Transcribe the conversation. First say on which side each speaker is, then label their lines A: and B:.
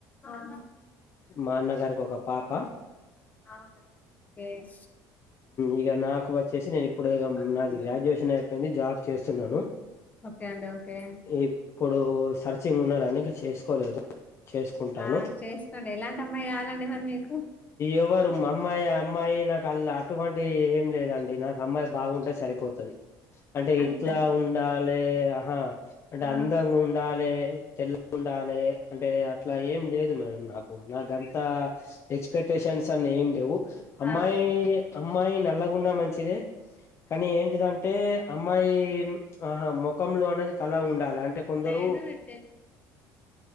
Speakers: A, on the left; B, on the left.
A: ఆ, అవునా
B: మా అన్నగారికి ఒక పాప
A: అవునా అండి
B: ఇగా నాకు వచ్చేసి నేను ఇప్పుడు
A: ఓకే
B: నాది గ్రాడ్యుయేషన్ అయిపోయింది. జాబ్ చేస్తున్నాను
A: ఓకే అండి ఓకే
B: ఇప్పుడు సర్చింగ్ లో ఉన్నార అండి ఇంక చేసుకోలేదు చేసుకుంటాను
A: ఆ చేసుకోండి ఎలాంటి అమ్మాయి కావాలండి మరి మీకు
B: ఎవరు మా అమ్మాయి అమ్మాయి నాకు అళ్ళ అటువంటి ఏం లేదండి నాకు అమ్మాయి బాగుంటే సరిపోతది అంటే
A: అంతే
B: ఇట్లా ఉండాలే ఆహా అంటే
A: ఆ
B: అందంగా ఉండాలే తెల్లగా ఉండాలే అంటే అట్లా ఏం లేదు మేడం నాకు నాగంత ఎక్స్పెక్టేషన్ న్స్ అని ఏం లేవు అమ్మాయి
A: ఆ
B: అమ్మాయి నల్లగున్న మంచిదే కానీ ఏంటిదంటే అమ్మాయి ఆహా మోఖంలో అనేది కలా ఉండాలే అంటే కొందరు
A: లేదు ఇది